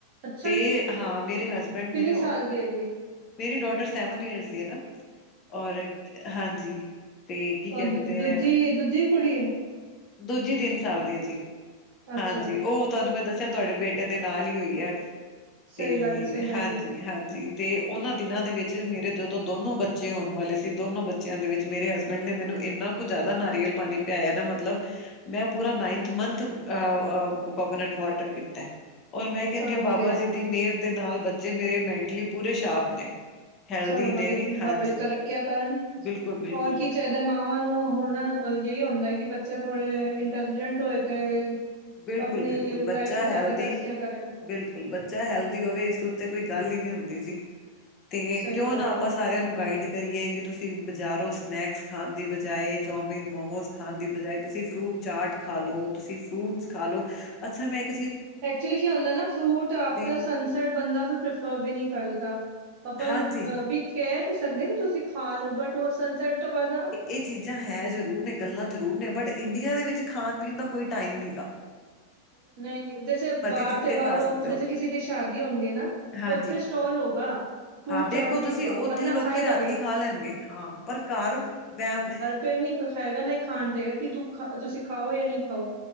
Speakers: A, on the right; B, on the left.
A: ਅੱਛਾ
B: ਤੇ
A: ਜੀ,
B: ਹਾਂ ਮੇਰੇ ਹਸਬੈਂਡ
A: ਕਿੰਨੇ
B: ਨੇ
A: ਸਾਲ ਦੀ ਹੈਗੀ?
B: ਮੇਰੀ ਡੋਟਰ ਸੈਵਨ ਈਯਰਸ ਦੀ ਏ ਨਾ, ਔਰ ਹਾਂਜੀ। ਤੇ ਕੀ ਕਹਿੰਦੇ
A: ਓ ਦੁ-ਦੂਜੀ,
B: ਹੈ
A: ਦੂਜੀ ਵੀ ਕੁੜੀ ਏ?
B: ਦੂਜੀ ਤਿੰਨ ਸਾਲ ਦੀ ਏ ਜੀ,
A: ਅੱਛਾ
B: ਹਾਂਜੀ ਓਹ ਤੁਆਨੂੰ ਮੈਂ ਦੱਸਿਆ ਤੁਹਾਡੇ ਬੇਟੇ ਦੇ ਨਾਲ ਈ ਹੋਈ ਐ
A: ਸਹੀ
B: ਤੇ,
A: ਗੱਲ ਹੈ ਸਹੀ ਗੱਲ
B: ਹਾਂਜੀ।
A: ਹੈ
B: ਹਾਂਜੀ ਤੇ ਓਨਾਂ ਦਿਨਾਂ ਦੇ ਵਿੱਚ ਮੇਰੇ ਜਦੋਂ ਦੋਨੋ ਬੱਚੇ ਹੋਣ ਵਾਲੇ ਸੀ ਦੋਨੋ ਬੱਚ ਬੱਚਿਆਂ ਦੇ ਵਿੱਚ ਮੇਰੇ ਹਸਬੈਂਡ ਨੇ ਮੈਨੂੰ ਇੰਨਾ ਕੁ ਜਾਦਾ ਨਾਰੀਅਲ ਪਾਣੀ ਪਿਆਇਆ ਨਾ, ਮਤਲਬ ਮੈਂ ਪੂਰਾ ਨਾਈਨਥ ਮੰਥ ਅ-ਅ-ਕੋਕੋਨਟ ਵਾਟਰ ਪੀਤੈ। ਔਰ ਮੈਂ ਕੈਨੀ
A: ਚਲੋ
B: ਆਂ ਬਾਬਾ
A: ਵਧੀਆ
B: ਜੀ ਦੀ ਮਿਹਰ ਦੇ ਨਾਲ ਬੱਚੇ ਮੇਰੇ ਮੈਂਟਲੀ ਪੂਰੇ ਸ਼ਾਰਪ ਨੇ। ਹੈਲਦੀ
A: ਚੱਲੋ
B: ਨੇ
A: ਵਧੀਆ,
B: ਹਾਂਜੀ
A: ਬਾਬਾ ਜੀ ਤਰੱਕਿਆ ਕਰਨ।
B: ਬਿਲਕੁਲ ਬਿਲਕੁਲ
A: ਹੋਰ ਕੀ ਚਾਈਦ ਦਾ ਮਾਵਾਂ ਨੂੰ ਹੁਣ ਅ-ਯੇਈ ਹੁੰਦੈ ਕਿ ਬੱਚੇ ਥੋੜੇ ਇੰਟੈਲੀਜੈਂਟ ਹੋਏ ਤੇ
B: ਬਿਲਕੁਲ
A: ਅਪਨੀ
B: ਬਿਲਕੁਲ ਬੱਚਾ
A: ਲਾਈਫ ਇਚ
B: ਹੈਲਦੀ
A: ਅੱਗੇ ਤਰੱਕਿਯਾਂ ਕਰੇ।
B: ਬਿਲਕੁਲ ਬੱਚਾ ਹੈਲਦੀ ਹੋਵੇ ਇਸ ਤੋਂ ਉੱਤੇ ਕੋਈ ਗੱਲ ਈ ਨੀ ਹੁੰਦੀ ਜੀ। ਤੇ
A: ਸਹੀ
B: ਕਿਉਂ
A: ਗੱਲ
B: ਨਾ ਆਪਾਂ
A: ਹੈ
B: ਸਾਰਿਆਂ ਨੂੰ ਗਾਈਡ ਕਰੀਏ ਕਿ ਤੁਸੀਂ ਬਜ਼ਾਰੋਂ ਸਨੈਕਸ ਖਾਣ ਦੀ ਬਜਾਏ, ਚੌਮਿਨ ਮੋਮੋਸ ਖਾਣ ਦੀ ਬਜਾਏ ਤੁਸੀਂ ਫਰੂਟ ਚਾਟ ਖਾ ਲੋ, ਤੁਸੀਂ ਫਰੂਟਸ ਖਾ ਲੋ, ਅੱਛਾ ਮੈਂ ਇਕ
A: ਐਕਚੁਲੀ ਕੀ ਹੁੰਦੈ ਨਾ ਫਰੂਟ ਆਫਟਰ
B: ਵੀ
A: ਸਨਸ ਸੈਟ ਬੰਦਾ ਫਿਰ ਪ੍ਰੈਫਰ ਵੀ ਨੀਂ ਕਰਦਾ। ਆਪਾਂ
B: ਹਾਂਜੀ
A: ਅ ਵੀ ਕੈ ਤੇ ਸਕਦੇ ਤੁਸੀਂ ਖਾ ਲੋ ਬਟ ਓ ਸਨਸੈਟ ਤੋਂ ਬਾਦ ਨਾ
B: ਏ ਚੀਜ਼ਾਂ ਹੈ ਜ਼ਰੂਰ ਨੇ, ਗੱਲਾਂ ਜ਼ਰੂਰ ਨੇ ਬਟ ਇੰਡੀਆ ਦੇ ਵਿੱਚ ਖਾਣ-ਪੀਣ ਦਾ ਕੋਈ ਟਾਈਮ ਨੀਗਾ।
A: ਨਈਂ- ਨਈਂ ਜੈਸੇ ਵਾਰ-ਤਿਉਹਾਰ
B: ਚੁੱਕ ਕੇ ਖਾ
A: ਓ,
B: ਸਕਦੇ
A: ਜੈਸੇ
B: ਹੋ
A: ਕਿਸੇ ਦੀ ਸ਼ਾਦੀ ਹੁੰਦੀ ਏ ਨਾ
B: ਹਾਂਜੀ
A: ਓਥੇ ਸਟੋਲ ਹੋਗਾ, ਫਰੂਟ
B: ਹਾਂ ਦੇਖੋ
A: ਚਾਟ ਵੀ
B: ਤੁਸੀਂ
A: ਹੋਗਾ,
B: ਉੱਥੇ
A: ਬੰਦਾ
B: ਲੋਕੀ
A: ਖਾਏਗਾ
B: ਰਾਤੀ
A: ਵੀ।
B: ਖਾ ਲੈਣਗੇ, ਹਾਂ! ਪਰ ਘਰ ਵੈਮ ਨੇ।
A: ਤੇ ਨਈ ਖਾਏਗਾ ਨਾਈ ਖਾਂ ਨੀ ਹੈ ਦੇਗਾ, ਕਿ ਤੂੰ ਖਾ-ਤੁਸੀਂ ਖਾਓ ਯਾ ਨੀ ਖਾਓ,